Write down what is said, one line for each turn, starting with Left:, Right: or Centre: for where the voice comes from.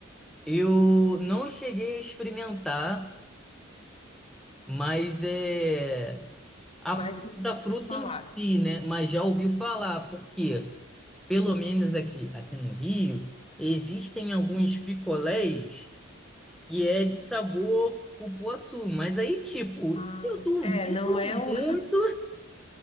Centre: Eu não cheguei a experimentar, mas é a
Left: mas
Centre: fruta,
Left: tu ouviu
Centre: a fruta
Left: falar.
Centre: em si, né? Mas já ouvi falar, porque pelo menos aqui, aqui no Rio, existem alguns picolés que é de sabor cupuaçu, mas aí, tipo,
Left: Ah,
Centre: eu duvido
Left: é, não é
Centre: muito
Left: o, <laughs>